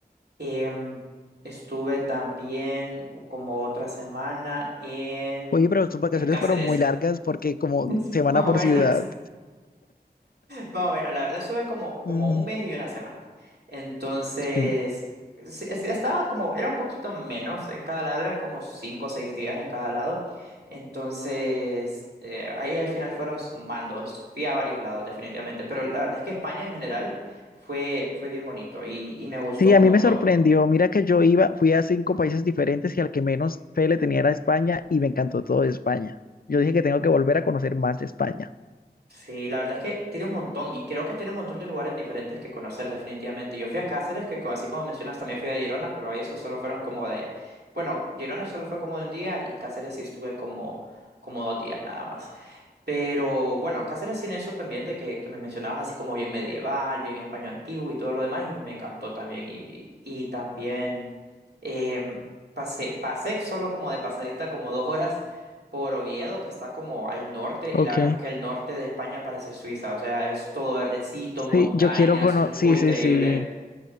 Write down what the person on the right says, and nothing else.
Em, estuve también como otra semana en,
en Cáceres,
<laughs>
más o
menos.
Más o menos, la verdad eso es como, como
un mes y una semana. Entonces,
sí, sí, estaba como, era un poquito menos en cada lado, eran como cinco o seis días en cada lado. Entonces, eh, ahí al final fueron sumando, es- fui a varios lados definitivamente, pero la verdad es que España en general fue, fue bien bonito y, y me gustó
un
montón.
Sí, la verdad es que tiene un montón y creo que tiene un montón de lugares diferentes que conocer definitivamente. Yo fui a Cáceres, que co- así como mencionas también fui a Girona, pero ahí eso solo fueron como de, bueno, Girona solo fue como de un día y Cáceres sí estuve como, como dos días nada más. Pero bueno, Cáceres tiene eso también de que, que me mencionabas así como bien medieval, bien español antiguo y todo lo demás, y me encantó también. Y, y también em, pasé, pasé solo como de pasadita como dos horas por Oviedo, que está como al norte,
y la verdad es que el norte de España parece Suiza, o sea, es todo verdecito,
montañas,
es algo increíble.